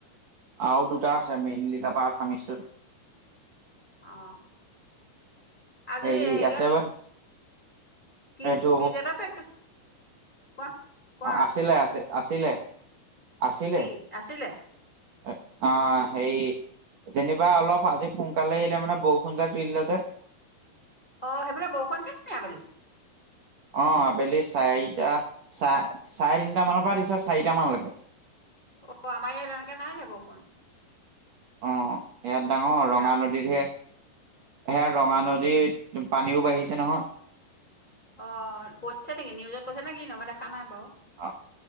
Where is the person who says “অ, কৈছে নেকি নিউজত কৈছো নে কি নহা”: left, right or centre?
Left